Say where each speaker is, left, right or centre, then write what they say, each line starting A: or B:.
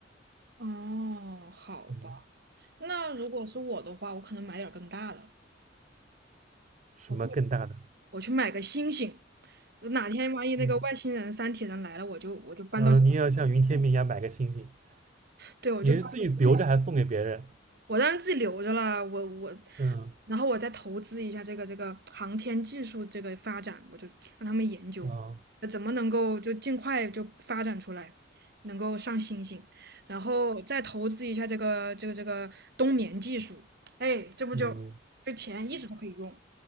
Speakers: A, on the right; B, on the right.
A: 哦，好吧，
B: 嗯，
A: 那如果是我的话，我可能买点儿更大的，
B: 什么更大的，
A: 我去我去买个星星。哪天万一那个外星人、
B: 嗯，
A: 三体人来了，我就我就搬到，
B: 嗯，你也要像云天明一样买个星星，
A: 对，我就搬到自己，
B: 你是自己留着还是送给别人？
A: 我当然自己留着了，我我，
B: 嗯，
A: 然后我再投资一下这个这个航天技术这个发展，我就让他们研究，
B: 啊，
A: 呃，怎么能够就尽快就发展出来，能够上星星，然后再投资一下这个这个这个冬眠技术，哎，这不就
B: 嗯，
A: 这钱一直都可以用。